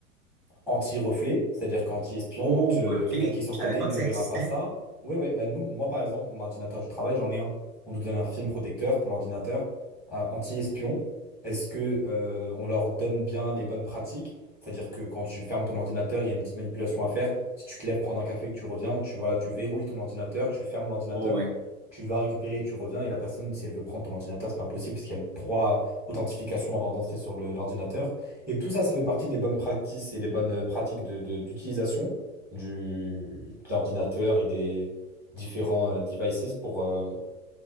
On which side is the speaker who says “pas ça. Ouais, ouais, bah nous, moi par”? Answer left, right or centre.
Centre